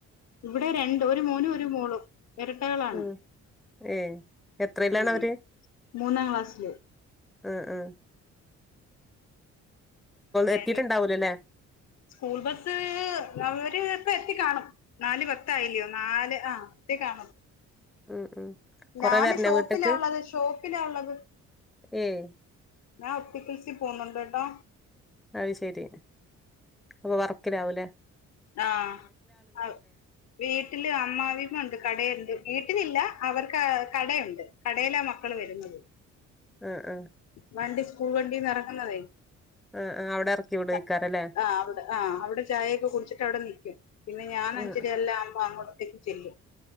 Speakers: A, on the left (about 60°); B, in the centre.
A: ഇവിടെ രണ്ട് ഒരു മോനും ഒരു മോളും ഇരട്ടകളാണ്
B: ഉം ഏ എത്രയിലാണ്
A: ഉം
B: അവര്
A: മൂന്നാംക്ലാസ്സില്
B: ആഹ് ആഹ്
A: പിന്നെ
B: എത്തിട്ടുണ്ടാവൂലല്ലേ
A: സ്കൂൾ ബസ്സ് അവര് ഇപ്പ എത്തിക്കാണും നാല് പത്തായില്ലിയോ നാല് ആ <unintelligible> കാണും
B: ഉം ഉം കൊറെ
A: ഞാന്
B: വരണോ
A: ഷോപ്പിലാള്ളത്
B: വീട്ട്ക്ക്
A: ഷോപ്പിലാള്ളത്
B: ഏയ്
A: ഞാൻ ഒപ്റ്റിക്കൽസി പോന്നുണ്ട് കേട്ടോ
B: അത് ശരി അപ്പൊ വറക്കിലാവൂലേ
A: ആഹ് വീട്ടില് അമ്മാവിയമ്മണ്ട് കടയുണ്ട് വീട്ടിലില്ല അവർക്ക് കടയുണ്ട്. കടയിലാ മക്കള് വരുന്നത്
B: ആഹ് ആഹ്
A: വണ്ടി സ്കൂൾ വണ്ടീന്നെറങ്ങുന്നതേ
B: ആ ആഹ് അവിടെ എറക്കി വിടേക്കാരല്ലേ
A: അ ആഹ് അവിടെ ആഹ് അവിടെ ചായയൊക്കെ കുടിച്ചിട്ട് അവിടെ നിക്കും പിന്നെ ഞാൻ
B: ആ
A: അഞ്ചര അല്ല ആമ്പാ അ ക്കെ ചെല്ലും